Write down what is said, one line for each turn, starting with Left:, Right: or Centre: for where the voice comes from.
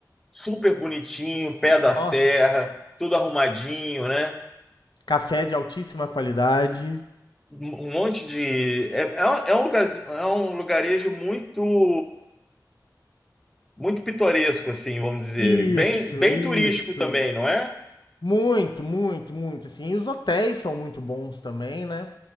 Centre: super bonitinho, pé da
Left: Nossa,
Centre: serra, tudo arrumadinho, né?
Left: café de altíssima qualidade.
Centre: um um monte de. É, é, é um lugar, é um lugarejo muito muito pitoresco, assim, vamos dizer.
Left: Isso,
Centre: Bem, bem
Left: isso.
Centre: turístico também, não é?
Left: Muito, muito, muito. Assim, e os hotéis são muito bons também, né?